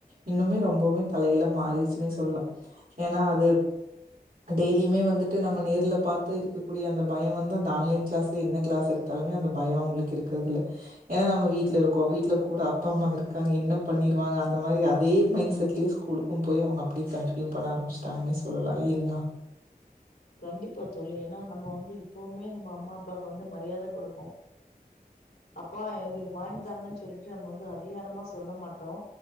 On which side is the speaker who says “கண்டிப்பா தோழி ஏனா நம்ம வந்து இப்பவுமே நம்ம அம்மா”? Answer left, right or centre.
Left